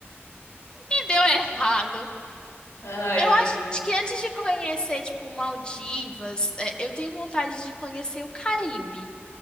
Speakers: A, on the left (about 20°); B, on the left (about 75°).
A: E deu errado.
B: Ai,
A: Eu
B: meu Deus.
A: acho que antes de conhecer, tipo, Maldivas, é, eu tenho vontade de conhecer o Caribe